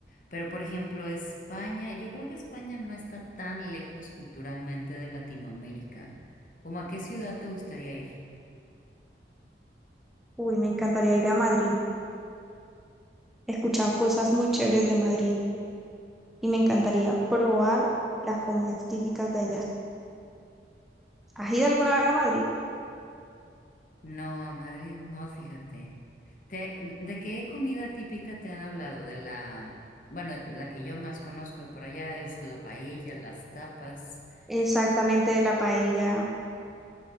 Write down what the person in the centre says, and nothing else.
Uy, me encantaría ir a Madrid. He escuchado cosas muy chéveres de Madrid. y me encantaría probar las comidas típicas de allá. ¿Has ido alguna vez a Madrid?
Exactamente la paella,